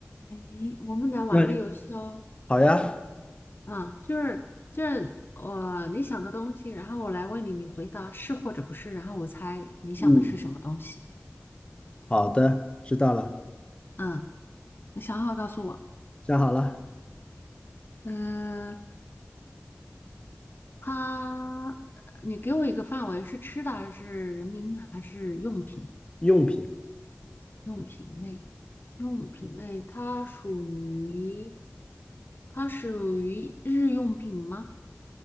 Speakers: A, on the left; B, on the left.
A: 哎，我们来玩个游戏哦。
B: 那好呀，
A: 嗯，就是就是我你想个东西，然后我来问你，你回答是或者不是，然后我猜你想的是什么东西。
B: 嗯，好的，知道了，
A: 嗯，你想好告诉我。
B: 想好了。
A: 嗯、它，你给我一个范围，是吃的还是人民还是用品？
B: 用品，
A: 用品类，用品类，它属于它属于日用品吗？